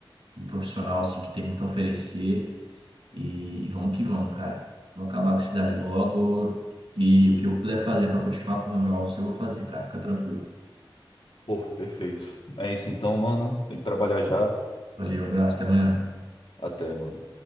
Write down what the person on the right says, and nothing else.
no profissional, assim, que tem muito a oferecer. E, e vamos que vamos, cara. Vamos acabar com isso daí logo. E o que eu puder fazer para continuar com o home office, eu vou fazer, cara. Fica tranquilo.
Valeu, abraço, até amanhã.